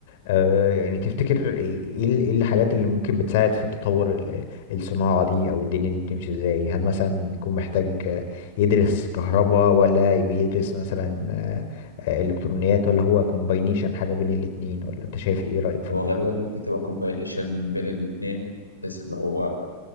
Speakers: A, on the left (about 50°); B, on the left (about 85°).
A: آه يعني تفتكر ايه ايه إيه الحاجات اللي ممكن بتساعد في تطور ال- الصناعة دي او الدنيا دي بتمشي ازاي هل مثلا بيكون محتاج يدرس كهرباء ولا بيدرس مثلا آه، آه، الكترونيات ولا هو كومباينيشن حاجة بين الاتنين ولا انت شايف ايه رأيك في
B: هو
A: الموضوع
B: غالبا ممكن تبقى كومباينيشن بين الاثنين بس اللي هو